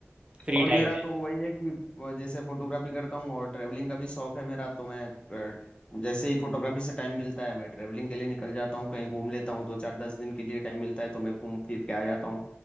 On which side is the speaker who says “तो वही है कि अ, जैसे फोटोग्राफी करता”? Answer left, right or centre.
Left